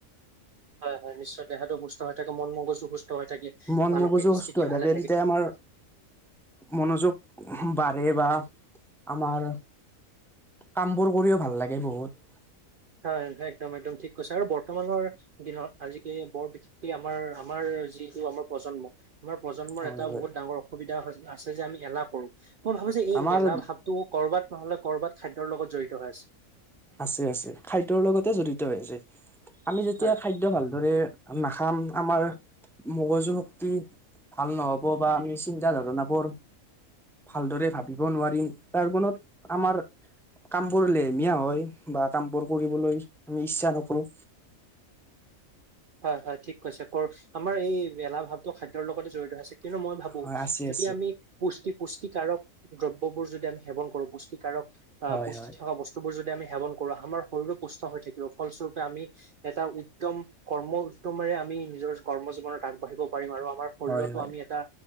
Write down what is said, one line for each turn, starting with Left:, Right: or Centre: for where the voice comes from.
Right: হয় হয় নিশ্চয় দেহাটো সুস্থ হৈ থাকে মন মগজো সুস্থ হৈ থাকে
Centre: মন
Right: মানসিক
Centre: মগজু সুস্থ
Right: স্থিতি
Centre: হৈ
Right: ভালে
Centre: থাকে তেতিয়া আমাৰ মনোযোগ বাঢ়ে বা আমাৰ কামবোৰ কৰিও ভাল লাগে বহুত।
Right: হয় একদম একদম ঠিক কৈছে আৰু বৰ্তমানৰ দিনত আজিকালি বৰ বিশেষকৈ আমাৰ আমাৰ যিটো আমাৰ প্ৰজন্ম আমাৰ প্ৰজন্ম
Centre: হয়
Right: এটা
Centre: হয়
Right: বহুত ডাঙৰ অসুবিধা হয়। আছে যে আমি এলাহ কৰো। মই ভাবো যে এই
Centre: আমাৰ
Right: এলাহ ভাৱটো কৰবাত নহ'লে কৰবাত খাদ্যৰ লগত জড়িত হৈ আছে।
Centre: আছে আছে খাদ্যয়ৰ লগতে জড়িত হৈ আছে। আমি যেতিয়া
Right: হয়
Centre: খাদ্য ভালদৰে নাখাম আমাৰ মগজু শক্তি ভাল নহব বা আমি চিন্তা ধাৰণাবোৰ ভালদৰে ভাবিব নোৱাৰিম তাৰ ফলত আমাৰ কামবোৰ লেহমীয়া হয়। বা কামবোৰ কৰিবলৈ আমি ইচ্ছা নকৰো।
Right: হয় হয় ঠিক কৈছে ক্ৰচ আমাৰ এই মেলা ভাৱটো খাদ্যৰ লগতে জড়িত আছে। কিয়নো মই ভাবো
Centre: হয় আছে
Right: যদি
Centre: আছে
Right: আমি পুষ্টি পুষ্টিকাৰক দব্য ক'বোৰ যদি আমি সেৱন কৰোঁ পুষ্টীকাৰক পা
Centre: হয়
Right: পুষ্টি
Centre: হয়
Right: থকা বস্তুবোৰ যদি আমি সেৱন কৰো আমাৰ শৰীৰো সুস্থ হৈ থাকিব ফলস্বৰূপে আমি এটা উদ্যম কৰ্ম উদ্যমেৰে আমি নিজৰ কৰ্ম জীৱনত আগবাঢ়িব পাৰিম আৰু আমাৰ শৰীৰতো
Centre: হয় হয়
Right: আমি এটা